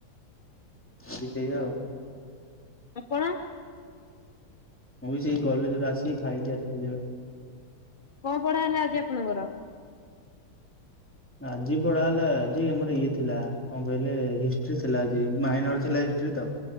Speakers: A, in the centre; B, on the left (about 50°).
A: ବି ସେଇ ଆଉ।
B: ଆପଣ?
A: ମୁଁ ବି ସେଇ କଲେଜରୁ ଆସିକି ଖାଇକି ଆସିଲି ଏବେ।
B: କଣ ପଢା ହେଲା ଆଜି ଆପଣଙ୍କର?
A: ଆଜି ପଢା ହେଲା ଆଜି ଆମର ଇଏ ଥିଲା କଣ କହିଲେ ହିଷ୍ଟ୍ରି ଥିଲା ଆଜି ମାଇନର ଥିଲା ହିଷ୍ଟ୍ରି ତ।